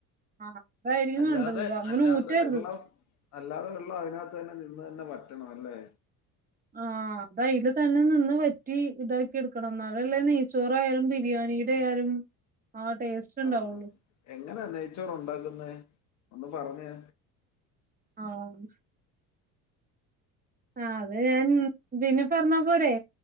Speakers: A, on the right (about 20°); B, on the left (about 40°).
A: ആ അതായിരിക്കും
B: അല്ലാതെ
A: വേണ്ടത് അങ്ങനെ
B: അല്ലാതെ
A: ഊറ്റരുത്
B: വെള്ളം അല്ലാതെ വെള്ളം അതിനകത്തന്നെ നിന്ന്തന്നെ വറ്റണം ല്ലേ
A: ആഹ് അത് അയ്ല് തന്നെ നിന്ന് വറ്റി ഇതാക്കി എടുക്കണം എന്നാലല്ലേ നെയ്ച്ചോറായാലും ബിരിയാണി ആയാലും ആ ടേസ്റ്റ്ണ്ടാവുള്ളൂ
B: ആഹ് എങ്ങനാ നെയ്ച്ചോറുണ്ടാക്കുന്നെ ഒന്ന് പറഞ്ഞെ
A: ആഹ് ആഹ് അത് ഞാൻ ബിന്നെ പർഞ്ഞാ പോരെ?